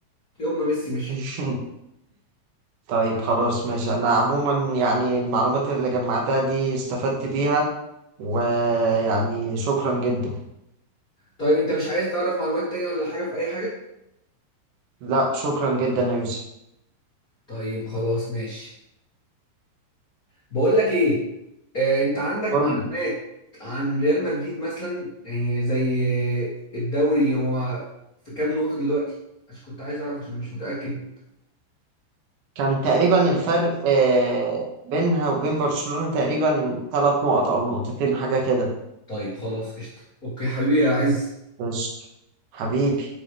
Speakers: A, on the left (about 45°); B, on the right (about 50°).
A: يوم ما ميسي مشي
B: <laughs> طيب خلاص ماشي انا عموما يعني المعلومات اللي جمعتها دي استفدت بيها ويعني شكرا جدا
A: طيب انت مش عايز تعرف معلومات تانية ولا حاجة في اي حاجة
B: لا شكرا جدا يا يوسف
A: طيب خلاص ماشي بقول لك ايه آه انت عندك
B: قول
A: معلومات
B: لي،
A: عن ريال مدريد مثلا يعني زي الدوري هو في كام نقطة دلوقتي عشان كنت عايز اعرف عشان مش متأكد
B: كان تقريبا الفرق آه، بينها وبين برشلونة تقريبا ثلاث نقط او نقطتين حاجة كده
A: طيب خلاص قشطة اوكي حبيبي عايز
B: بس حبيبي